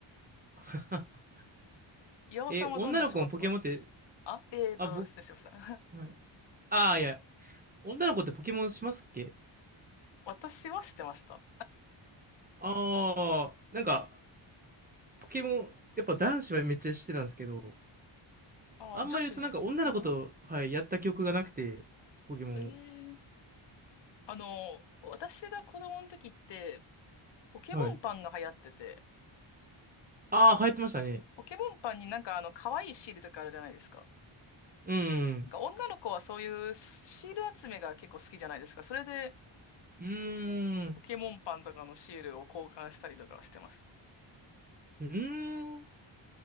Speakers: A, on the right; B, on the left.
A: <laughs>
B: 岩尾さんはどんな小学校
A: え、女の子もポケモンって、
B: あ、えーと、
A: あ、僕、
B: 失礼しました。<laughs>
A: はい、ああ、いや、女の子ってポケモンしますっけ
B: 私はしてました。
A: ああ、なんか、ポケモン、やっぱ男子はめっちゃしてたんですけど、
B: あー、
A: あんまりそのなんか女の子と、
B: 女子あー、
A: はい、やった記憶がなくて、ポケモン。
B: えー。あの、私が子供の時って、ポケモンパンが流行ってて、
A: はい。ああ、流行ってましたね。
B: ポケモンパンになんかあの、可愛いシールとかあるじゃないですか。
A: うん。
B: なんか女の子はそういうシール集めが結構好きじゃないですか。それで、
A: うーん。
B: ポケモンパンとかのシールを交換したりとかしてました。
A: うーん。